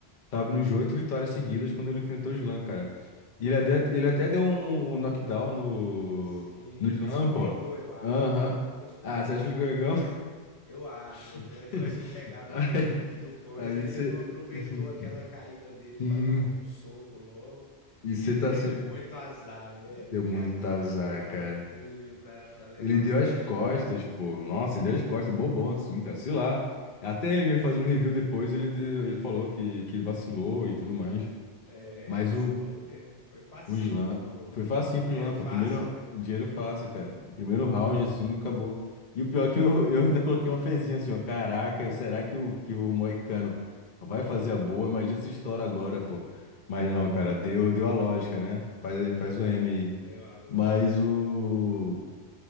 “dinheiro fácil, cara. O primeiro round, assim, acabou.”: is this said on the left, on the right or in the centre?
Left